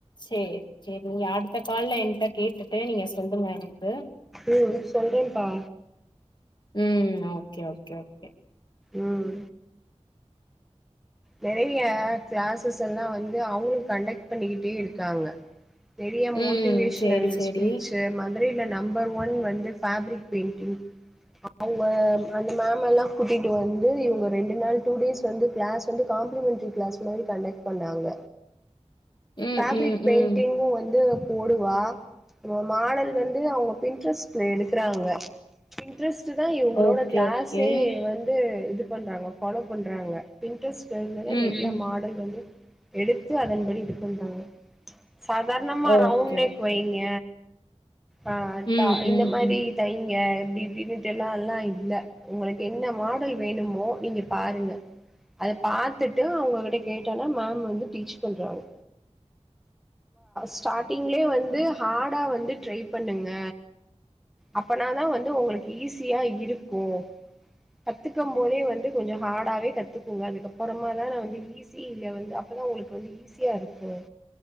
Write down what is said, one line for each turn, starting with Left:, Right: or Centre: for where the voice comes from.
Left: சேரி சேரி நீ ஆடு ஒத்த கால்ல என்கிட்ட கேட்டுட்டு நீங்க சொல்லுங்க எனக்கு
Centre: ம் சொல்றேன்ப்பா
Left: உம் ஓகே ஓகே ஓகே
Centre: உம் நிறையா கிளாஸஸ் எல்லாம் வந்து அவுங்களும் கண்டக்ட் பண்ணிக்கிட்டே இருக்காங்க நிறையா
Left: ம்
Centre: மோட்டிவேஷனல்
Left: சேரி சேரி
Centre: ஸ்பீச்சு மந்த் தெரியலை நம்பர் ஒன் வந்து ஃபேப்ரிக் பெயிண்டிங் அவுங்க அந்த மேம் எல்லாம் கூட்டிட்டு வந்து இவுங்க ரெண்டு நாள் டூ டேஸ் வந்து கிளாஸ் வந்து காம்ப்ளிமென்டரி கிளாஸ் மாரி கண்டக்ட் பண்ணாங்க
Left: ம்
Centre: ஃபேப்ரிக்
Left: ம்
Centre: பெயிண்டிங்கும்
Left: ம்
Centre: வந்து போடுவா மாடல் வந்து அவுங்க பின்ட்ரெஸ்ட்ல எடுக்கறாங்க பின்ட்ரெஸ்ட் டு தான் இவுங்களோட
Left: ஓகே
Centre: கிளாஸே
Left: ஓகே
Centre: வந்து இது பண்றாங்க ஃபாலோ பண்றாங்க பிங்க் டிரஸ் டிரஸ்ல தான்
Left: ம்
Centre: நிறையா
Left: ம்
Centre: மாடல் வந்து எடுத்து அதன்படி வித்துன்றாங்க சாதாரணமா
Left: ஓகே
Centre: ரவுண்ட் நெக்
Left: ஓகே
Centre: வைங்க
Left: ஓகே
Centre: அஹ்
Left: ம்,
Centre: தா இந்த
Left: ம்,
Centre: மாரி
Left: ம்.
Centre: தைங்க அப்படி இப்படின்னுட்டு எல்லாம் எல்லாம் இல்லை உங்களுக்கு என்ன மாடல் வேணுமோ நீங்க பாருங்க அதை பார்த்துட்டு அவுங்ககிட்ட கேட்டன்னா மேம் வந்து டீச் பண்றாங்க ஸ்டார்டிங்லயே வந்து ஹார்டா வந்து ட்ரை பண்ணுங்க அப்பனாதான் வந்து உங்களுக்கு ஈஸியா இருக்கும் கத்துக்கும் போதே வந்து கொஞ்சம் ஹார்டாவே கத்து நீங்க அதுக்கப்புறமாதான் நான் வந்து ஈ சி இ ல வந்து அப்பதான் உங்களுக்கு வந்து ஈஸியா இருக்கும்